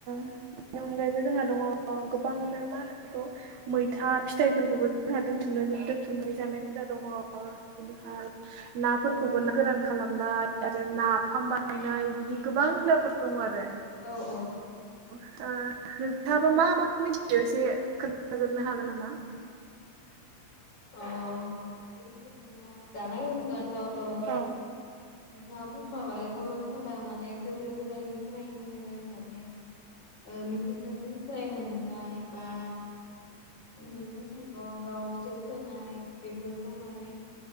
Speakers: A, on the right (about 75°); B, on the left (about 75°).
A: बेनि अनगायैबो जोंहा दङ गोबांनो मा होनो बेखौ मैथा फिथाइफोरखौबो जोहा दोनथुमनो दोनथुमनाय जानाय हुदा दङ बिनिफ्राय ना फोरखौबो ना गोरान खालामनाय आरो नाफाम बायनाय बिदि गोबां हुदाफोर दङ आरो
B: औ औ
A: ओ नोंथाङाबा मा मा मिथियो एसे खोन्थाजोबनो हागोन नामा
B: अ बिदिथ नोङो जानाय होमब्लाथ ओ नोंथाङा
A: औ
B: बुंखाबाय बरफोरा माने गोदो गोदायनिफ्रायनो माने ओ मिथिंगानिफ्राय मोननाय बा मैगं थाइगं गावसोर फोनाय बेफोरखौ माने